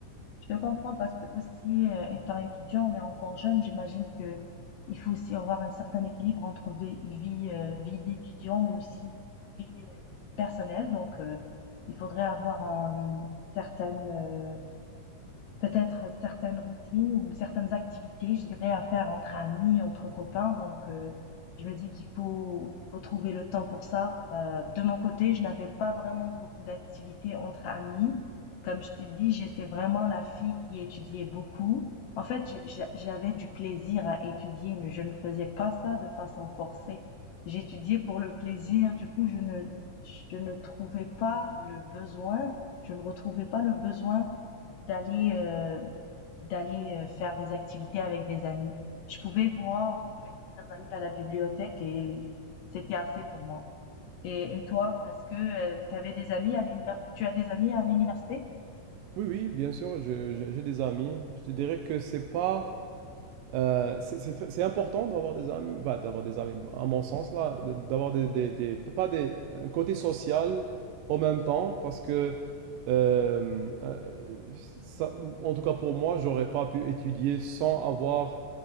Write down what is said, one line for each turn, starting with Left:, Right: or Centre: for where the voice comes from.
Left: Je te comprends parce que aussi, euh, étant étudiant, on est encore jeune. J'imagine que il faut aussi avoir un certain équilibre entre vie, vie, euh, vie d'étudiant, mais aussi vie euh, personnelle. Donc, euh, il faudrait avoir un certain peut-être certaines routines ou certaines activités, je dirais, à faire entre amis, entre copains. Donc, heu, je me dis qu'il faut qu'il faut trouver le temps pour ça. Heu, de mon côté, je n'avais pas vraiment beaucoup d'activités entre amis. Comme je t'ai dit, j'étais vraiment la fille qui étudiait beaucoup. En fait, j'ai j'a j'avais du plaisir à étudier, mais je ne faisais pas ça de façon forcée. J'étudiais pour le plaisir, du coup, je ne je ne trouvais pas le besoin je ne retrouvais pas le besoin d'aller euh, d'aller euh, faire des activités avec des amis. Je pouvais voir mes meilleurs amis à la bibliothèque et c'était assez pour moi. Et, et toi, est-ce que tu avais des amis à l'univers tu as des amis à l'université?
Right: Oui, oui, bien sûr, je- je- j'ai des amis. Je te dirais que c'est pas Euh, c'est- c'est c'est important d'avoir des amis, bah, d'avoir des amis, à mon sens, là, de- d'avoir des, des, des- pas des, un côté social en même temps, parce que, euh, euh, ça- en tout cas pour moi, j'aurais pas pu étudier sans avoir